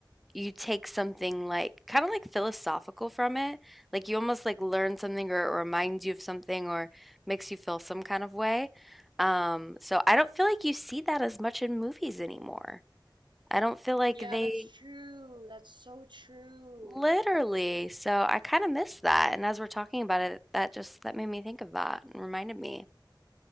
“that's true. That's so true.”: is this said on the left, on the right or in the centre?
Right